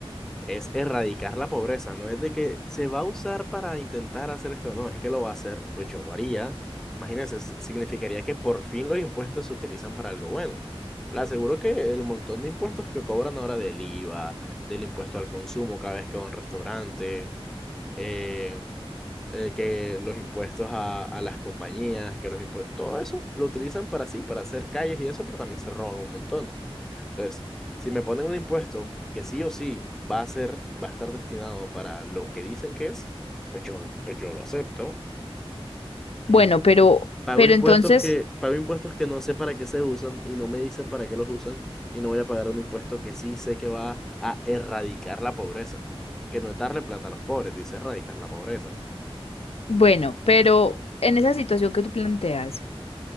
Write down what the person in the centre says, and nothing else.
es erradicar la pobreza, no es de que se va a usar para intentar hacer esto, no, es que lo va a hacer, pues yo lo haría. Imagínense, s- significaría que por fin los impuestos se utilizan para algo bueno. Le aseguro que el montón de impuestos que cobran ahora del IVA, del impuesto al consumo cada vez que va a un restaurante, eh, eh, que los impuestos a, a las compañías, que los impuestos, todo eso lo utilizan para sí, para hacer calles y eso, pero también se roban un montón. Entonces, si me ponen un impuesto que sí o sí va a ser, va a estar destinado para lo que dicen que es, pues yo, pues yo lo acepto. Imagínate.
Pago
impuestos
que, pago impuestos que no sé para qué se usan y no me dicen para qué los usan y no voy a pagar un impuesto que sí sé que va a erradicar la pobreza, que no es darle plata a los pobres, dice erradicar la pobreza.